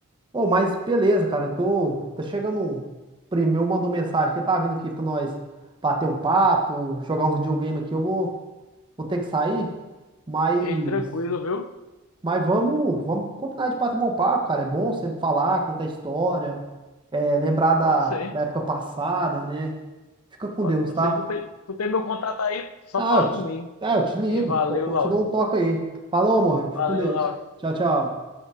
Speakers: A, on the right; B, on the left.
A: Ô, mas beleza, cara, eu tô, tá chegando, um primo meu mandou mensagem que tá vindo aqui pra nós bater um papo, jogar um videogame aqui, eu vou, vou ter que sair, mas,
B: E tranquilo, viu?
A: mas vamos, vamos combinar de bater um papo, cara, é bom sempre falar, contar história, é, lembrar da,
B: Pode ser.
A: da época passada, né? Fica com
B: Pode
A: Deus, tá?
B: ser. Tu tem, tu tem meu contato aí, só
A: Ah,
B: falar
A: eu te,
B: comigo.
A: ah, eu te ligo,
B: E valeu,
A: eu
B: Lauro.
A: te dou um toque aí. Falou, amor, fica
B: Valeu,
A: com Deus.
B: Lauro.
A: Tchau, tchau.